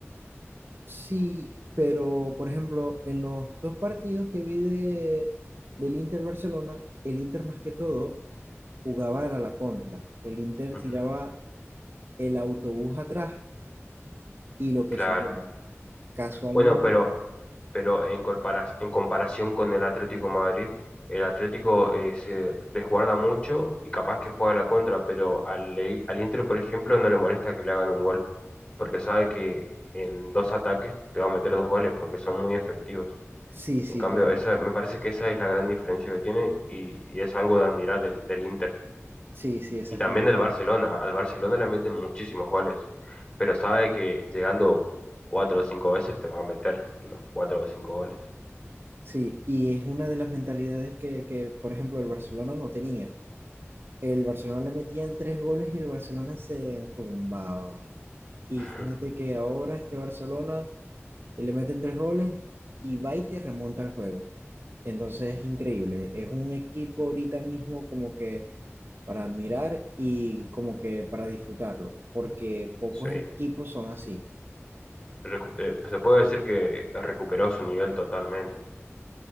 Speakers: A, on the right (about 50°); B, on the left (about 25°).
A: sí, pero por ejemplo, en los dos partidos que vi de, del Inter Barcelona, el Inter más que todo jugaba era la contra. El Inter
B: Ujú,
A: tiraba el autobús atrás y lo que
B: Claro.
A: saliera. Casualmente.
B: Bueno, pero pero en, corpora- en comparación con el Atlético de Madrid, el Atlético eh, se resguarda mucho y capaz que juega a la contra, pero al, E-, al Inter, por ejemplo, no le molesta que le hagan un gol, porque sabe que en dos ataques te va a meter dos goles porque son muy efectivos.
A: Sí, sí,
B: En cambio,
A: claro.
B: esa, me parece que esa es la gran diferencia que tiene y, y es algo de admirar del, del Inter.
A: Sí, sí, exactamente.
B: Y también del Barcelona. Al Barcelona le meten muchísimos goles, pero sabe que llegando cuatro o cinco veces te va a meter los cuatro o cinco goles.
A: Sí, y es una de las mentalidades que, que, por ejemplo, el Barcelona no tenía. El Barcelona le metían tres goles y el Barcelona se rumbaba. Y
B: <laughs>
A: fíjate que ahora este Barcelona eh, le meten tres goles y va y te remonta el juego. Entonces es increíble. Es un equipo ahorita mismo como que para admirar y como que para disfrutarlo, porque pocos
B: Sí,
A: equipos son así.
B: Recu- eh, se puede decir que recuperó su nivel totalmente.